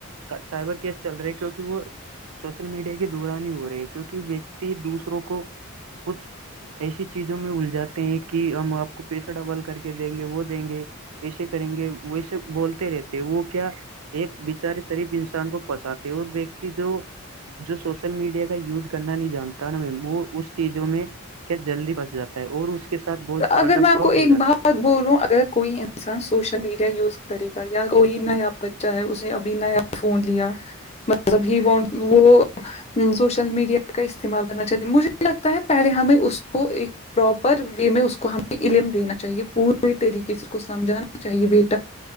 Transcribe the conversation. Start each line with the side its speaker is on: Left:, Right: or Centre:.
Right: سائبر کیس چل رہے کیونکہ وہ سوشل میڈیا کے دوران ہی ہو رہے ہے کیونکہ ویکتی دوسروں کو کچھ ایسی چیزوں میں اللجاتے ہیں کہ ہم آپ کو پیسہ ڈبل کر کے دیں گے وہ دیں گے ایسے کریں گے ویسے بولتے رہتے وہ کیا ایک بچارے شریف انسان کو بساتتے وہ وتی جو جو سوشل میڈیا کا یوز کرنا نہیں جانتا نا میں وہ اس چیزوں میں جلدی پنس جاتا ہے اور اس کے ساتھ بہت بڑا
Left: اگر میں آپ
Right: فراڈ
Left: کو
Right: ہو
Left: ایک
Right: جاتا
Left: بات
Right: ہے
Left: بول رہوں اگر کوئی انسان سوشل میڈیا یوز کرے گا یا کوئی نیا بچہ ہے اس نے ابھی نیا فون لیا
Right: <inaudible>
Left: سبھی وہ سوشل میڈیا کا استعمال کرنا چاہتے مجھے لگتا ہے پہلے ہمیں اس کو ایک پر و میں اس کو ہمیں علم دینا چاہیے پوری طریقے سے اس کو سمجھانا چاہیے بیٹا